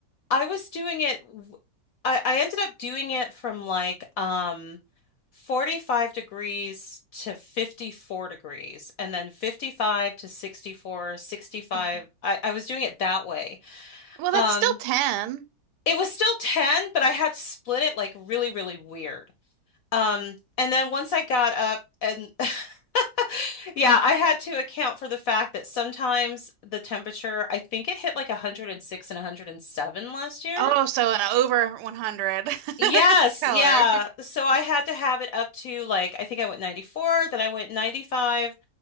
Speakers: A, on the left (about 70°); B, on the right (about 75°).
A: I was doing it, w- I, I ended up doing it from like um, 45 degrees to 54 degrees, and then 55 to 64, sixty-five.
B: Okay.
A: I, I was doing it that way.
B: Well,
A: Um,
B: that's still 10.
A: it was still 10, but I had split it like really, really weird. Um, and then once I got up and <laughs> Yeah, I had to account for the fact that sometimes the temperature, I think it hit like 106 and 107 last year.
B: Oh, so an over 100
A: Yes,
B: <laughs> color.
A: yeah. So I had to have it up to like, I think I went 94, then I went 95